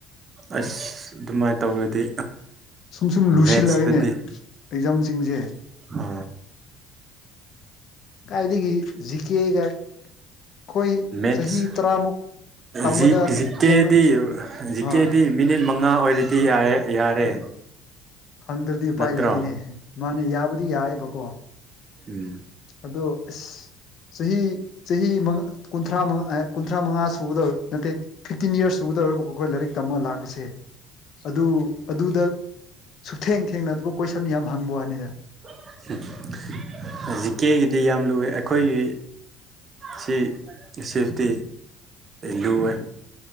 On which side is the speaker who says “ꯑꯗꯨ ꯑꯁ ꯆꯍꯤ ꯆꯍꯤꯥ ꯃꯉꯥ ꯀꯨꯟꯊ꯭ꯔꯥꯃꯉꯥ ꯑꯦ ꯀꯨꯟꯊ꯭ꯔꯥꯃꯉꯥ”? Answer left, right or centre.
Left